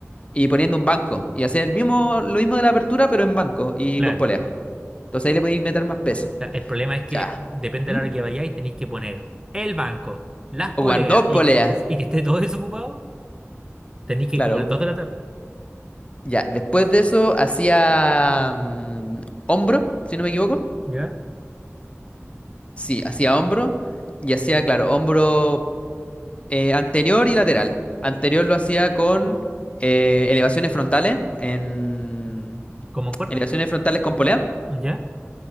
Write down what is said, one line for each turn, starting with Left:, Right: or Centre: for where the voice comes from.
Left: y poniendo un banco. Y hacía el mismo, lo mismo de la apertura, pero en banco y
Right: Claro.
Left: con polea. Entonces ahí le podéis meter más peso.
Right: O sea, El problema es
Left: Ya.
Right: que depende
Left: ¿Mm?
Right: de la hora que vayáis, tenéis que poner el banco, las
Left: Ocupar
Right: poleas
Left: dos
Right: y
Left: poleas.
Right: que, y que esté todo desocupado. Tenéis que
Left: Claro.
Right: ir como a las 2 de la tarde.
Left: Ya. Después de eso, hacía mm, hombro, si no me equivoco.
Right: ¿Ya?
Left: Sí, hacía hombro. Y hacía, claro, hombro eh, anterior y lateral. Anterior lo hacía con eh, elevaciones frontales, en
Right: ¿Como en cuerda?
Left: elevaciones frontales con polea.
Right: ¿Ya?